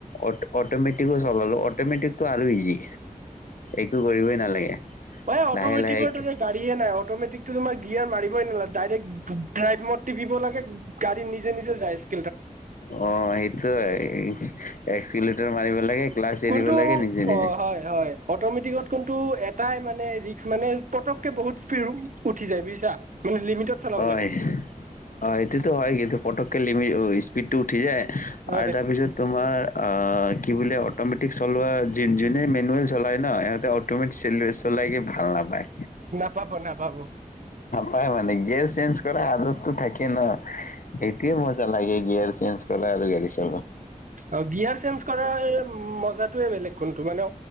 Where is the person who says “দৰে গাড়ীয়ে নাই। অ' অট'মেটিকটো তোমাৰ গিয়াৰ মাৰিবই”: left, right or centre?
Right